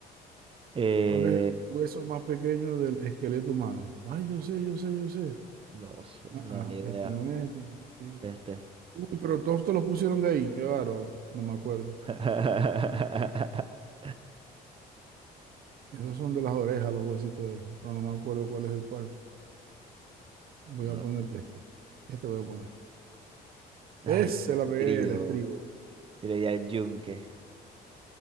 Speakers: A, on the right; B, on the right.
A: Eh,
B: ¿Cuál es el hueso más pequeño del esqueleto humano? Ay, yo sé, yo sé, yo sé.
A: No sé,
B: Ah,
A: no,
B: ah,
A: ni idea.
B: este no es. este no es. este.
A: Este.
B: Uy, pero todos te los pusieron de ahí, qué bárbaro. No me acuerdo.
A: <laughs>
B: Esos son de las orejas, los huesitos de eso, pero no me acuerdo cuál es el cual. Voy
A: No.
B: a poner este. Este voy a poner.
A: Ay,
B: Ese
A: qué
B: la pegué,
A: trío.
B: el estribo.
A: Yo le di al yunque.